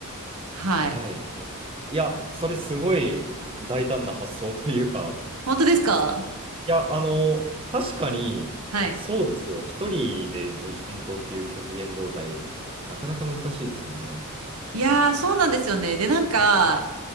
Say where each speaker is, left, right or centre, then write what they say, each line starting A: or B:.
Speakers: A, on the right; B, on the right.
A: はい。
B: はい。はいいや、それすごい大胆な発想というか、
A: 本当ですか
B: 素敵。いや、あの、確かに、
A: はい。
B: そうですよ。一人で無人島っていう極限状態、なかなか難しいですよね。
A: いやー、そうなんですよね。で、なんか、